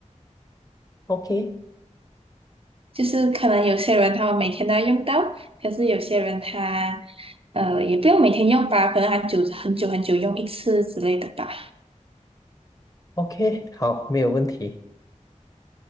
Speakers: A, on the left (about 30°); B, on the right (about 50°).
A: ？OK
B: 就是可能有些人他们每天都要用到，可是有些人他呃也不用每天用吧，可能很久很久很久用一次之类的吧。
A: OK，好，没有问题。